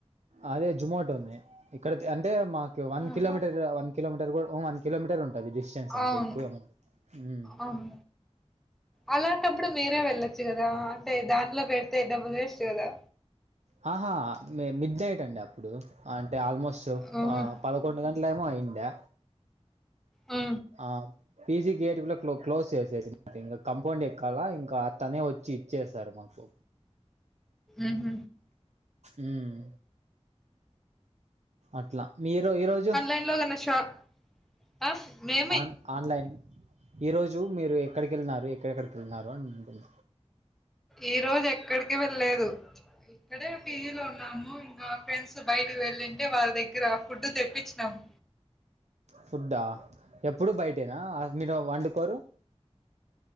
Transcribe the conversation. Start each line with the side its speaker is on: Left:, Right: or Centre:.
Right: అదే జుమోటోనే ఇక్కడ తే అంటే మాకు వన్
Centre: ఆహా!
Right: కిలోమీటర్ వన్ కిలోమీటర్ గూడ ఊ వన్ కిలోమీటర్ ఉంటాది డిసెన్స్ అంతే
Centre: అవును.
Right: ఎక్కువేం ఉండదు. మ్
Centre: అవును. అలాంటప్పుడు మీరే వెళ్ళొచ్చు గదా అంటే దాంట్ల బెడితే డబ్బులు వెస్ట్ గదా!
Right: హ హా మి మిడ్ నైట్ అండి అప్ ఇప్పుడు అంటే ఆల్మోస్ట్
Centre: హ్మ్.
Right: పదకొండు గంటలు ఏమో అయ్యండే
Centre: ఆ
Right: ఆ పీజీ గేట్ కూడా క్లోజ్ చేసేసారు ఇంకా కంపౌండ్ గేట్ ఎక్కాలా ఇంకా అ తనే వచ్చి ఇచ్చేసారు మాకు
Centre: ఉమ్ హా
Right: ఉమ్ అట్ల మీరో ఈ రోజో
Centre: పిల్లలు ఉన్నా షాప్ ఆ మే
Right: ఆన్ ఆన్లైన్ ఈరోజు మీరు ఎక్కడికి వెళ్ళినారు ఎక్కడెక్కడికి వెళ్ళినారు అని అంటు
Centre: ఈ రోజు ఎక్కడికి వెళ్ళలేదు ఇక్కడే పిజీ లో ఉన్నాము ఇంకా ఫ్రెండ్స్ బయటకి వెళ్ళింటే వాళ్ళ దగ్గర ఫుడ్ తెప్పించినాము
Right: ఫుడ్ ఆ ఎప్పుడు బయటెనా ఆ మీరు వండుకోరు